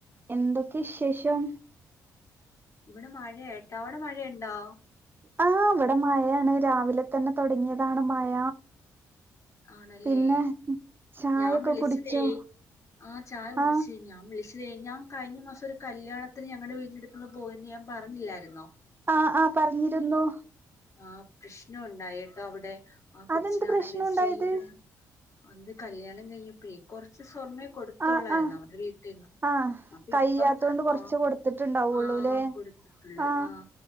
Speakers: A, on the right; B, on the left.
A: എന്തൊക്കെ വിശേഷം?
B: ഇവിടെ മഴട്ടാ അവിടെ മഴയണ്ടോ?
A: ആ വിടെ മഴയാണ് രാവിലെ തന്നെ തുടങ്ങിയതാണ് മഴ.
B: ആണല്ലേ.
A: പിന്നെ ചായൊക്കെ
B: ഞാൻ വിളിച്ചതേ
A: കുടിച്ചോ
B: ആ ചായ കുടിച്ച
A: ആ
B: ഞാൻ വിളിച്ച തേ ഞാൻ കഴിഞ്ഞ മാസം ഒരു കല്യാണത്തിന് ഞങ്ങളുടെ വീട്ടിനടുന്ന് പോയ എ ഞാൻ പറഞ്ഞില്ലായിരുന്നോ?
A: ആഹ് ആഹ് പറഞ്ഞിരുന്നു.
B: ആഹ് പ്രശ്നം ഉണ്ടായിട്ടോ അവിടെ ആ കൊച്ചിനാണെങ്കി
A: അതെന്ത് പ്രശ്നം ഉണ്ടായത്
B: ശീദ് അന്ത് കല്യാണം കഴിഞ്ഞപ്പഴേ കൊറച്ച് സ്വർണ്ണേ കൊടുത്തോള്ളായിരുന്നു
A: ആ ആ
B: അവടെ വീട്ടിൽന്ന്
A: ആ
B: അപ്പൊ
A: കഴിയാത്തോണ്ട്
B: ഇപ്പം
A: കൊറച്ച്
B: ആ
A: കൊടുത്തിട്ടുണ്ടാവുള്ളൂല്ലേ
B: ആ കൊടുത്തിട്ടുള്ള
A: ആ
B: ആഹ്